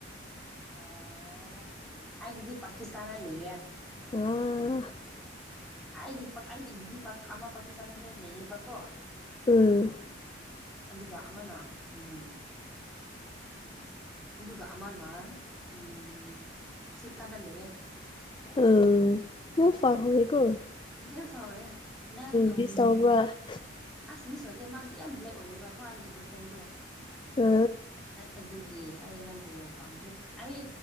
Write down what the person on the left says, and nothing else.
ꯕ
ꯎꯝ
ꯎ ꯌꯥꯝ ꯐꯔ ꯍꯧꯏꯀ‌ꯣ
ꯃꯤꯁ ꯇꯧꯕꯔ <inaudible>
ꯑ